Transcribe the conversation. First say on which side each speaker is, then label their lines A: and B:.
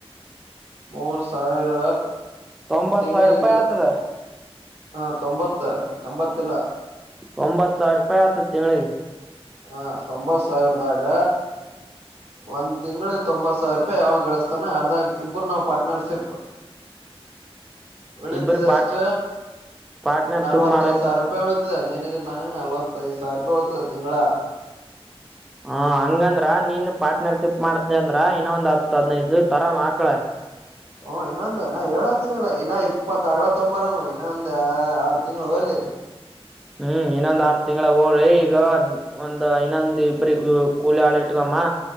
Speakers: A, on the right; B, in the centre.
A: ಮೂರು ಸಾವಿರ
B: ತೊಂಬತ್
A: ತಿಂಗಳಿಗೆ
B: ಸಾವಿರ ರೂಪಾಯಿ ಆತದ
A: ಹ ತೊಂಬತ್ತ ಎಂಬತ್ತಲ್ಲ
B: ತಂಬತ್ತು ಸಾವಿರ ರೂಪಾಯಿ ಆತಾದ ತಿಂಗಳಿಗೆ
A: ಹಾ ತೊಂಬತ್ ಸಾವಿರದಾಗ ಒಂದ್ ತಿಂಗಂಳಗ್ ತೊಂಬತ್ ಸಾವಿರ ರೂಪಾಯಿ ಯಾವಾಗ ಗಳಿಸ್ತಾನ ಅರ್ಧಾಗ ಇಬ್ಬರು ನಾವ್ ಪಾರ್ಟ್ನರ್ಶಿಪ್ ಉಳಿತದಷ್ಟ
B: ಇಬ್ಬರು ಪಾರ್ಟ್ ಪಾರ್ಟ್ನರ್ಶಿಪ್
A: ನಲ್ವತ್ತೈದ
B: ಮಾಡ
A: ಸಾವಿರ ರೂಪಾಯಿ ಉಳಿತಿದೆ ನೀನಗೆ ನನು ನಲ್ವತ್ತೈಐದು ಸಾವಿರ ರೂಪಾಯಿ ಉಳತದ ತಿಂಗಳ
B: ಹಾ ಹಂಗಂದ್ರ ನೀನ್ ಪಾರ್ಟನರ್ಶಿಪ್ ಮಾಡ್ತ ಅಂದ್ರ ಇನ್ನೊ ಒಂದ್ ಹತ್ ಹದ್ನೈದು ತರಮಆಕ್ಳ
A: ಹ ಇನ್ನೊಂದ ನಾ ಹೇಳಾತೀನಿಲ್ಲಾ ಹಾ ಇಪ್ಪತ್ತಆಕಳ ತೊಂಬರಮ್ಮ ಇನ್ನ ಒಂದ ಆರು ತಿಂಗಳು ಹೊಲಿ
B: ಹ್ಮ್ ಇನ್ನೊಂದ್ ಆರ್ ತಿಂಗಳ ಹೋಲಿ ಈಗ ಒಂದ ಇನ್ನೊಂದ ಇಬ್ರಗ ಕೂಲಿ ಆಳು ಇಟ್ಕಳ ಮ್ ಮಾ